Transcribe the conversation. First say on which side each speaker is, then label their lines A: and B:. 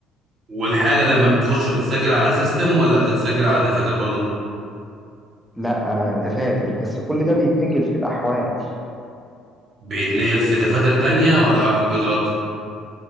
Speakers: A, on the right; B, in the centre.
A: والحالة لما بتخش بتسجل على سيستم ولا بتتسجل على دفاتر برضو
B: لا آه، دفاتر بس كل ده بيتنقل في الاحوال
A: بيتنقل في دفاتر تانية ولا على الكمبيوترات